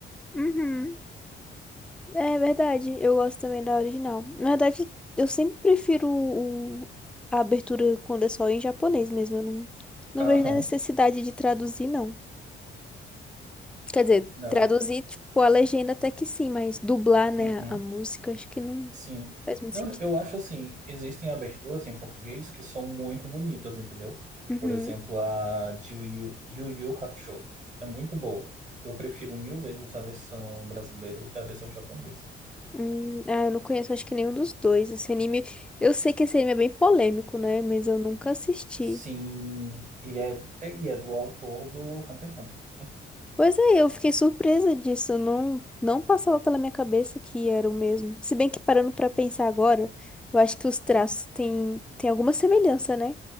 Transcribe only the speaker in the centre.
uhum. É verdade, eu gosto também da original. Na verdade, eu sempre prefiro o- a abertura quando é só em japonês mesmo. Eu não, não
vejo nem necessidade de traduzir, não. Quer dizer,
traduzir, tipo, a legenda até que sim, mas dublar, né,
a música, acho que não
faz muito
sentido.
Uhum.
Hum, ah, eu não conheço, acho que nenhum dos dois. Esse anime, eu sei que esse anime é bem polêmico, né, mas eu nunca assisti.
Pois é, eu fiquei surpresa disso, não, não passava pela minha cabeça que era o mesmo. Se bem que parando pra pensar agora, eu acho que os traços têm, têm alguma semelhança, né?